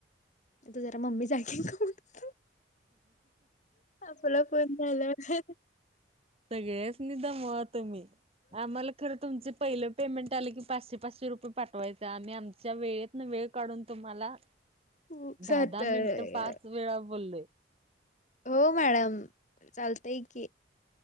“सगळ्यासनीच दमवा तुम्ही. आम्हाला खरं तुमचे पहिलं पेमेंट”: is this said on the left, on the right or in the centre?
Right